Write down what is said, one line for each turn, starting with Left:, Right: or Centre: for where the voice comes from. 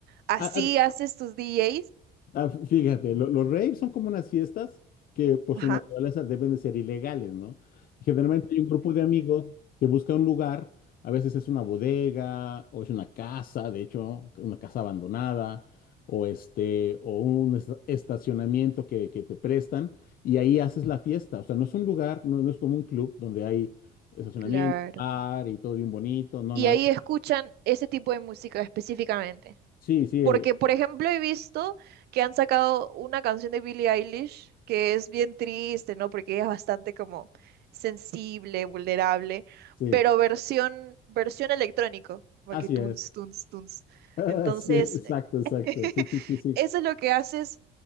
Right: ¿Así
Left: Ah, ah,
Right: haces tus DJs?
Left: Ah, f- fíjate, lo- los raves son como unas fiestas que por
Right: Ajá.
Left: su naturaleza deben de ser ilegales, ¿no? Generalmente hay un grupo de amigos que busca un lugar, a veces es una bodega o es una casa, de hecho, una casa abandonada, o este, o un est- estacionamiento que, que te prestan y ahí haces la fiesta. O sea, no es un lugar, no, no es como un club donde hay estacionamiento,
Right: Claro.
Left: bar y todo bien bonito. No,
Right: Y
Left: no
Right: ahí
Left: hay.
Right: escuchan ese tipo de música específicamente.
Left: Sí, sí,
Right: Porque,
Left: eh,
Right: por ejemplo, he visto que han sacado una canción de Billie Eilish que es bien triste, ¿no? Porque ella es bastante como sensible, vulnerable,
Left: sí,
Right: pero versión, versión electrónico, como
Left: así
Right: que tunes,
Left: es.
Right: tunes, tunes.
Left: <laughs>
Right: Entonces,
Left: Sí, exacto,
Right: <laughs>
Left: exacto. Sí, sí, sí, sí.
Right: eso es lo que haces